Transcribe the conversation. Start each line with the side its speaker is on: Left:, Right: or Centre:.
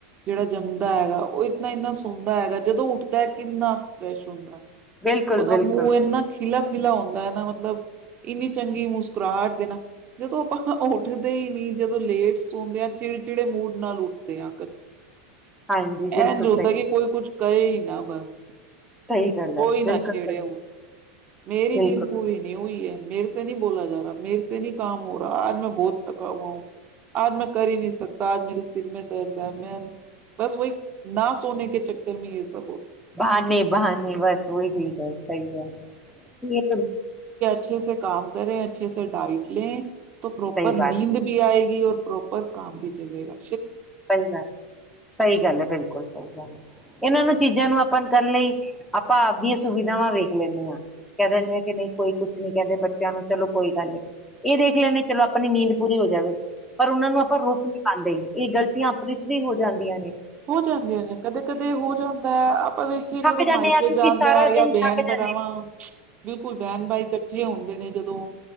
Right: ਜਿਹੜਾ ਜੰਮਦਾ ਹੈਗਾ ਉਹ ਇਨਾ ਇੰਨਾ ਸੁੰਦਾ ਹੈਗਾ ਜਦੋਂ ਉੱਠਦਾ ਕਿੰਨਾ ਫਰੈਸ਼ ਹੁੰਦਾ।
Centre: ਬਿਲਕੁਲ
Right: ਉਹਦਾ
Centre: ਬਿਲਕੁਲ
Right: ਮੂੰਹ ਇੰਨ੍ਹਾਂ ਖਿਲਾਖਿਲਾ ਹੁੰਦਾ ਐਨਾਂ ਮਤਲਬ ਇੰਨੀ ਚੰਗੀ ਮੁਸਕੁਰਾਹਟ ਦੇ ਨਾ ਜਦੋਂ ਆਪਾਂ <unintelligible> ਉੱਠਦੇ ਈ ਨੀਂ ਜਦੋਂ ਲੇਟ ਸ ਸੋਦੇਿਆਂ ਚਿੜਚਿੜੇ ਮੂਡ ਨਾਲ ਉੱਠਦੇ ਆ ਕ
Centre: ਹਾਂਜੀ ਬਿਲਕੁਲ
Right: ਐਨ ਜੋਤਾ
Centre: ਸਹੀ
Right: ਕਿ ਕੋਈ ਕੁਛ ਕਹੇ ਈ ਨਾਂ ਬਸ
Centre: ਸਹੀ ਗੱਲ
Right: ਕੋਈ
Centre: ਹੈ
Right: ਨਾ
Centre: ਬਿਲਕੁਲ
Right: ਛੇੜੇ
Centre: ਸਹੀ
Right: ਹੁਣ ਮੇਰੀ
Centre: ਬਿਲਕੁਲ
Right: ਨੀਂਦ ਪੂਰੀ ਨ੍ਹੀਂ ਹੋਈ ਐ, ਮੇਰੇ ਸੇ ਨਈਂ ਬੋਲਾ ਜਾ ਰਾ ਮੇਰੇੇ ਸੇ ਨਈਂ ਹੀਂ ਕਾਮ ਹੋ ਰਿਹਾ ਆਜ ਮੈਂ ਬਹੁਤ ਥਕਾ ਹੂਆ ਹੂਂ ਆਜ ਮੈਂ ਕਰ ਹੀ ਨੀਂ ਸਕਦਾ ਆਜ ਮੇਰੇ ਸਿਰ ਮੈਂ ਦਰਦ ਹੈ ਮੈਂ ਬਸ ਵਹੀ ਨਾ ਸੋੇਨੇ ਕੇ ਚੱਕਰ ਮੈਂ ਯੇ ਸਭ
Centre: ਬਹਾਨੇ ਬਹਾਨੇ ਬਸ ਉਹੀ ਠੀਕ ਹੈ, ਸਹੀ ਹੈ।
Right: ਅੱਛੇ ਸੇ ਕਾਮ ਕਰੇ ਅੱਛੇ ਸੇ ਡਾਇਟ ਲੇਂ। ਪ੍ਰੋਪਰ
Centre: ਸਹੀ
Right: ਨੀਂਦ
Centre: ਬਾਤ
Right: ਵੀ ਆਏਗੀ। ਕੀ ਉਹ ਪ੍ਰੋਪਰ ਕਾਮ ਵੀ ਚਲੇਗਾ।
Centre: ਸਹੀ ਗੱਲ, ਸਹੀ ਗੱਲ ਐ, ਬਿਲਕੁਲ ਸਹੀ ਗੱਲ ਐ। ਇਹਨਾਂ ਨੂੰ ਚੀਜ਼ਾਂ ਨੂੰ ਆਪਾਂ ਕਰਨ ਲਈ ਆਪਾਂ ਆਪਦੀਆਂ ਸੁਵਿਧਾਵਾਂ ਵੇਖ ਲੈਂਣੇ ਹਾਂ, ਕਹਿ ਦਿੰਦੇ ਹਾਂ ਕਿ ਨਹੀਂ ਕੋਈ ਕੁਛ ਨੀ ਕਹਿੰਦੇ ਬੱਚਿਆਂ ਨੂੰ ਚਲੋ ਕੋਈ ਗੱਲ ਨੀਂ ਇਹ ਦੇਖ ਲੈਂਣੇ ਚਲੋ ਆਪਣੀ ਨੀਂਦ ਪੂਰੀ ਹੋ ਜਾਵੇ। ਪਰ ਉਹਨਾਂ ਨੂੰ ਆਪਾਂ ਰੂਕ ਨੀਂ ਪਾਂਦੇ। ਇਹ ਗੱਲ ਆਪਣੇ ਚ ਵੀ ਹੋ ਜਾਂਦੀਆਂ ਨੇਂ।
Right: ਹੋ ਜਾਂਦੀਆਂ ਨੇ ਕਦ-ਕਦੇ ਹੋ ਜਾਂਦਾ ਐ, ਆਪਾਂ ਵੇਖੀਏ ਜਦੋਂ
Centre: ਥੱਕ
Right: ਮਾਈਕੇ
Centre: ਜਾਂਦੇ ਆ ਕਿਉਂਕਿ
Right: ਜਾਂਦੇਆ
Centre: ਸਾਰਾ
Right: ਜਾਂ
Centre: ਦਿਨ
Right: ਬੈਨ
Centre: ਥੱਕ
Right: ਬਰਾਵਾਂ
Centre: ਜਾਂਦੇ ਆ
Right: ਬਿਲਕੁਲ ਬਹਿਣ ਬਈ ਇਕੱਠੇ ਹੁੰਦੇ ਨੇਂ ਜਦੋਂ